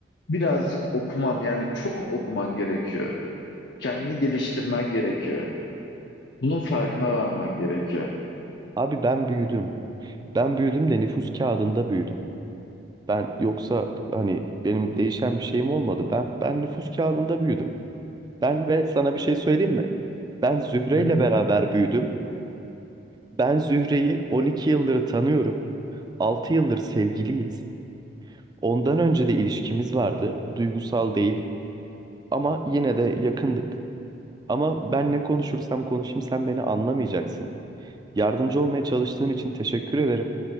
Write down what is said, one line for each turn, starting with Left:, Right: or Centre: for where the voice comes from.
Left: Birazcık okuman yani çok okuman gerekiyor. Kendini geliştirmen gerekiyor. Bunun farkına varman gerekiyor.
Right: Abi ben büyüdüm. Ben büyüdüm de nüfus kağıdında büyüdüm. Ben yoksa hani benim değişen bir şeyim olmadı. Ben ben nüfus kağıdında büyüdüm. Ben ve sana bir şey söyleyeyim mi? Ben Zühre
Left: Hı hı.
Right: ile beraber büyüdüm. Ben Zühre'yi 12 yıldır tanıyorum. 6 yıldır sevgiliyiz. Ondan önce de ilişkimiz vardı. Duygusal değil ama yine de yakındık. Ama ben ne konuşursam konuşayım sen beni anlamayacaksın. Yardımcı olmaya çalıştığın için teşekkür ederim.